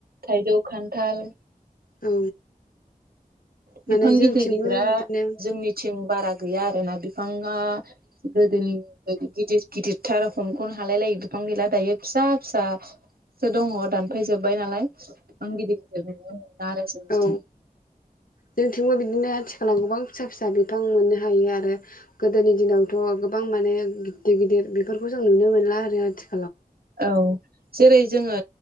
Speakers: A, on the right; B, on the left.
A: थायजौ खान्थाल।
B: औ। माने
A: बिफां
B: जोंथिंबो
A: गिदिर गिदिरा
B: बिदिनो
A: जोंनिथिं बारा गैया आरोना बिफांआ गोदोनि बायदि गिदिर गिदिरथार हमखनो हालाय लायि बिफां गैला दायो फिसा-फिसासो दङ दान फैजोबबाय नालाय आं गिदिर गिदिर ननो मोना आरो जोंनिथिं।
B: औ जोंथिंबो बिदिनो आथिखालाव गोबां फिसा फिसा बिफां मोननो हायो आरो। गोदोनि दिनावथ' गोबां माने गिददिर गिदिर बेफोरखौ जों नुनो मोनला आरो आथिखाल
A: औ जेरै जोङो